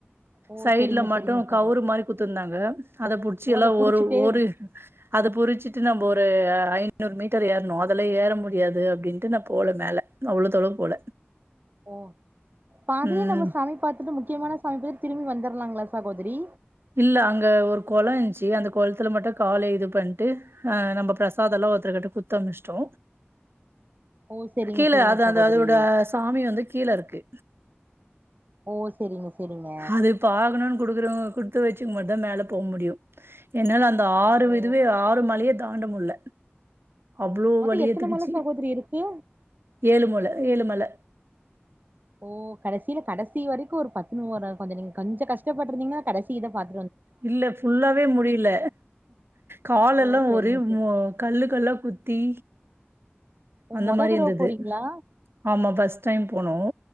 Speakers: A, on the right; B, on the right.
A: ஓ
B: சைட்ல
A: செரிங்க
B: மட்டு
A: செரிங்க சகோதரி
B: கவுரு மாரி குத்துருந்தாங்க அத புடிச்செல்லா
A: ஓ அத புடிச்சிட்டே
B: ஒரு ஒரு அது புடு டுச்சுட்டு நம்ம ஒரு ஐந் என்னுரு மீட்டர் ஏறணு அதலா ஏற முடியாது அப்டின்ட்டு நா போல மேல அவ்ளோ தொளவு போல
A: ஓ பாதிலயே
B: ம்.
A: நம்ம சாமி பாத்துட்டு முக்கியமான சாமி பாத்துட்டு திரும்பி வந்தர்னு ன்லாங்களா சகோதரி
B: இல்ல அங்க ஒரு கொலோ இருந்துச்சு அந்த கொளத்துல மட்டு கால இது பண்ட்டு ஆ நம்ம ப்ரசாதல்லா ஒருத்தர் கிட்ட குத்து அமுச்ட்டோ
A: ஓ செரிங்க
B: கீழ
A: செரிங்க
B: அது
A: சகோதரி
B: அது அதோட சாமி வந்து கீழருக்கு
A: ஓ செரிங்க செரிங்க
B: அது பாக்கணுன்னு குடுக்குறவுங்க குடுத்து வச்சுக்கும்போது தா மேல போ முடியும் என்னால அந்த அந்த ஆறு
A: ஓ
B: விதுவே ஆறு மலையே தாண்டமுல்ல அவ்ளோ
A: மொத்தோ
B: வழியேத்துக்குச்சு
A: எத்தன மல சகோதரி இருக்கு
B: ஏழு மழ ஏழு மல
A: ஓ கடைசியில கடைசி வரைக்கும் ஒரு பதுனோறாவா கொஞ்ச நீங்க கொஞ்ச கஷ்டப்பட்ருந்தீங்கன்னா கடைசிதா பாத்
B: இல்ல ஃபுல்லாவே முடியல காலெல்லா
A: ஓ செரிங்க
B: ஒரே
A: செரி
B: மு கல்லு கல்லா குத் தீ
A: ஓ
B: அந்த
A: மொத
B: மாரி
A: தடவ
B: இருந்துது
A: போறீங்களா
B: ஆமா பஸ்ட் டைம் போனோ